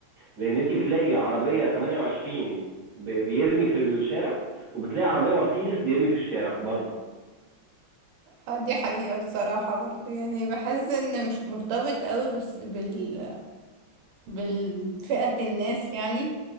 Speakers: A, on the right; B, on the right.
A: لان انت بتلاقي عربيه 28 ب... بيرمي في الشارع وبتلاقي عربيه مرسيدس بيرمي في الشارع برضه
B: آه، دي حقيقه بصراحه برضه يعني بحس ان مش مرتبط قوي بس بال بالفئه الناس يعني